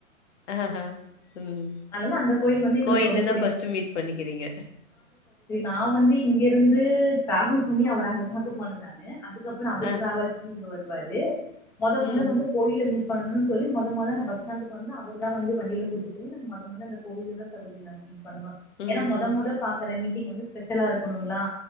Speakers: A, on the left; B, in the centre.
A: ஆ ஹா ம்
B: அதனால அந்த கோயில் வந்து எங்களுக்கு
A: கோயில்ல
B: ரொம்ப புடிக்கு
A: தா ஃபஸ்ட்டு மீட் பண்ணிக்கிறீங்க
B: நான் வந்து இங்கெருந்து டிராவல் பண்ணி அவர அங்க பாக்க போனே நானு அதுக்கப்பற அவர்
A: ஆ.
B: டிராவல் பண்ணி இங்க வருவாரு மொத மொத
A: ம்.
B: வந்து கோயில்ல மீட பண்ணணுன் சொல்லி மொத மொத நா பஸ் ஸ்டாண்டுக்கு வந்து அவரு தா வந்து வண்டில கூட்டுப் போயி நாங்க மொத் த மொத அந்த கோயில்லதா சகோதரி நாங்க மீட் பண்ணுனோ
A: ம்ஹ்ம்.
B: ஏனா மொத மொதல் பாக்குற மீட்டிங் வந்து ஸ்பெஷலா இருக்கணுங்ளா